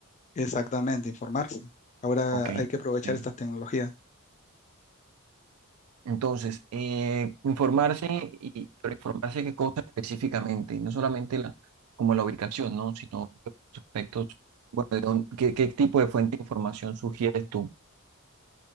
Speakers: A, on the left; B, on the right.
A: Exactamente, informarse. Ahora
B: Ok,
A: hay que aprovechar
B: sí.
A: estas tecnologías.
B: Entonces, eh, informarse y pero informarse qué cosa específicamente, no solamente la, como la ubicación, ¿no? Sino los aspectos, bueno, de dónde- qué, qué tipo de fuente de información sugieres tú?